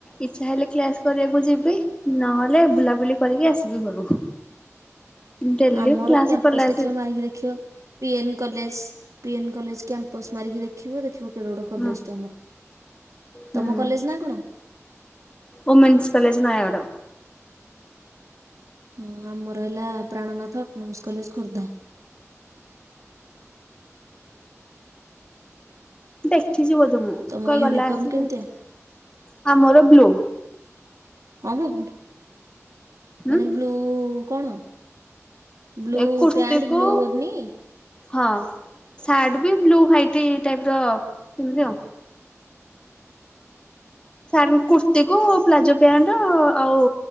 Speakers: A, on the left; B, on the right.
A: ଇଚ୍ଛା ହେଲେ କ୍ଲାସ୍ କରିବାକୁ ଯିବି ନହେଲେ ବୁଲାବୁଲି କରିକି ଆସିବି ଘରକୁ। ଡେଲି
B: ଆମର
A: କ୍ଲାସ
B: କ୍ୟାମ୍ପସ
A: କଲା
B: ଦେଖିବ
A: ସେ
B: ମାରିକି ଦେଖିବ PN college PN college campus ମାରିକି ଦେଖିବ ଦେଖିବ କେଡ଼େ ବଡ଼ କଲେଜଟେ
A: ହଁ
B: ଆମର
A: ହୁଁ
B: ତମ କଲେଜ୍ ନାଁ କଣ?
A: Women's college Nayagarh.
B: ହଁ ଆମର ହେଲା ପ୍ରାଣନାଥ ଅଟୋନାମସ କଲେଜ୍ ଖୋର୍ଦ୍ଧା।
A: ଦେଖିଚି ବୋଧେ ମୁଁ <unintelligible>
B: ତମ ୟୁନିଫର୍ମ କେମିତିଆ?
A: ଆମର ବ୍ଲୁ।
B: ହଁ ଭୁ
A: ହୁଁ
B: ମାନେ ବ୍ଲୁ କଣ ବ୍ଲୁ
A: ଏ କୁର୍ତ୍ତିୀ
B: ପ୍ୟାଣ୍ଟ
A: କୁ
B: ବ୍ଲୁ ଓନି?
A: ହଁ ସାର୍ଟବି ବ୍ଲୁ ହ୍ୱାଇଟି ଟାଇପର ଏମିତି ଆଉ। ସାର୍ କୁର୍ତ୍ତିୀକୁ ପ୍ଲାଜୋ ପ୍ୟାଣ୍ଟ ଆଉ